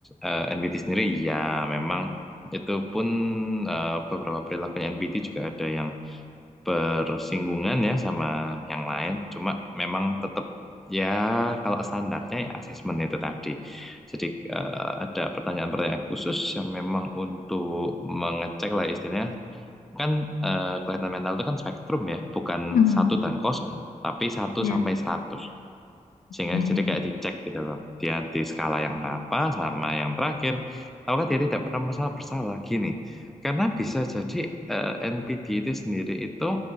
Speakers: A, in the centre; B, on the left (about 80°).
A: eh, NPT sendiri, ya memang itu pun eh, beberapa perilakunya NPT juga ada yang bersinggungan ya sama yang lain. Cuma memang tetap ya kalau standarnya ya asesmen itu tadi. Jadi eh, ada pertanyaan-pertanyaan khusus yang memang untuk mengecek lah istilahnya. Kan eh, kelainan mental itu kan spektrum ya, bukan
B: Mm-mm.
A: satu dan kosong, tapi satu
B: Ya.
A: sampai 100. Sehingga
B: Eh,
A: jadi kayak dicek gitu loh. Dia di skala yang berapa sama yang terakhir. Apakah dia tidak pernah masalah bersalah? Gini, karena bisa jadi eh, NPD itu sendiri itu